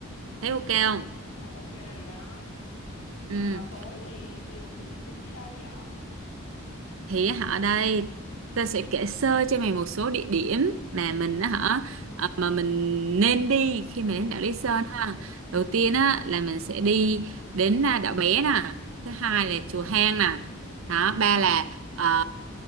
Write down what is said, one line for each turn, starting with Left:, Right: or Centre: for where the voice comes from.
Left: Ừ.
Right: thấy ok không
Left: Thôi, ok rồi đó.
Right: ừ
Left: Mà tối thì chiều thì mình tính đi đâu vậy?
Right: thì á, hả đây ta sẽ kể sơ cho mày một số địa điểm mà
Left: Ok.
Right: mình á hả ờ, mà mình nên đi khi mà đến
Left: Ừ.
Right: đảo Lý Sơn ha đầu tiên á là mình sẽ đi đến à, đảo Bé nè thứ hai là chùa Hang nè đó ba là ờ,